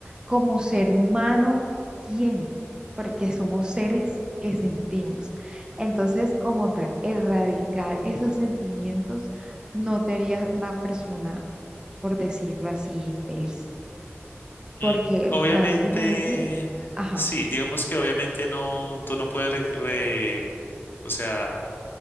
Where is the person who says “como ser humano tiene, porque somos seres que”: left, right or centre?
Right